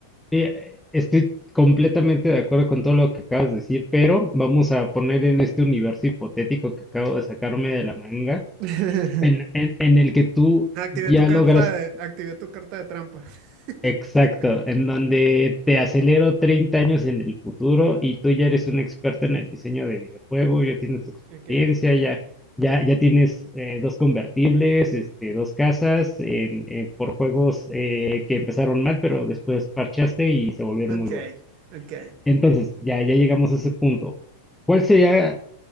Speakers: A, in the centre; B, on the right.
A: eh, estoy completamente de acuerdo con todo lo que acabas de decir, pero vamos a poner en este universo hipotético que acabo de sacarme de la manga
B: <laughs>
A: en, en- en el que tú
B: Activé
A: ya
B: tu carta
A: logras,
B: de, activé tu carta de trampa. <laughs>
A: exacto, en donde te acelero 30 años en el futuro y tú ya eres un experto en el diseño de videojuegos, ya tienes experiencia,
B: Ok.
A: ya, ya, ya tienes eh, dos convertibles, este, dos casas en- en- por juegos eh, que empezaron mal, pero después parchaste y se volvieron
B: Ok,
A: muy buenos.
B: ok.
A: Entonces, ya, ya llegamos a ese punto. ¿Cuál sería,